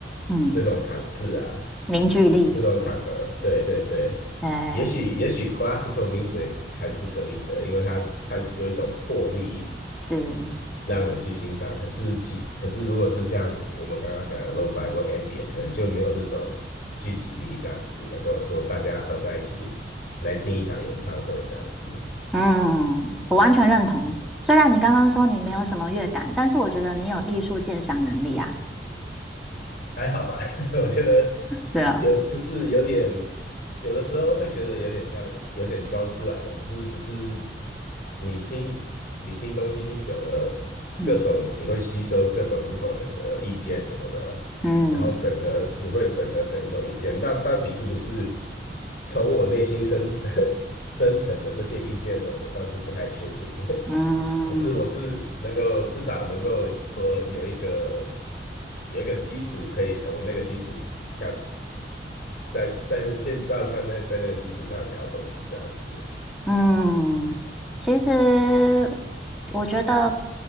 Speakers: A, in the centre; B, on the left.
A: 嗯，
B: 那种场次啊。
A: 凝聚力，
B: 那种场合，对对对，
A: 对，
B: 也许也许 classical music 还是可以的，因为它它有一种魄力
A: 是，
B: 让人去欣赏。可是其可是如果是像我们刚刚讲的 lo-fi 或 ambient，可能就没有那种聚集力这样子，能够说大家合在一起来听一场演唱会这样子。
A: 嗯，我完全认同。虽然你刚刚说你没有什么乐感，但是我觉得你有艺术鉴赏能力啊。
B: 还好吧，<laughs> 我觉得
A: 对啊，
B: 有就是有点，有的时候会觉得有点像有点装出来的，可是只是你听你听东西听久了，
A: 嗯
B: 各种你会吸收各种不同人的意见什么的，
A: 嗯
B: 然后整合你会整合成一种意见，那到底是不是从我内心深 <laughs> 深层的这些意见呢？我倒是不太确定。<laughs>
A: 嗯。
B: 可是我是能够至少能够说有一个有一个基础，可以从那个基础跳，在在建造上，在在那个基础上聊东西这样子。
A: 嗯，其实我觉得，